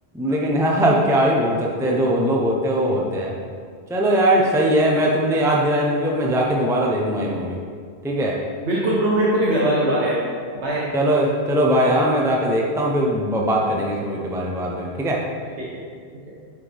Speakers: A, in the centre; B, on the right (about 90°).
A: लेकिन यार क्या ही बोल सकते हैं जो हो- लोग होते हैं वो होते हैं चलो यार
B: हम्म।
A: सही है मैं तुमने याद दिलाई मूवी अब मैं जाके दोबारा देखूंगा ये मूवी ठीक है
B: बिल्कुल ब्रो मेरे को भी घर वाले बुला रहे हैं बाय
A: चलो चलो भाई हाँ मैं जाके देखता हूँ फिर ब- बात करेंगे इस मूवी के बारे में बाद में ठीक है
B: ठीक है ठीक है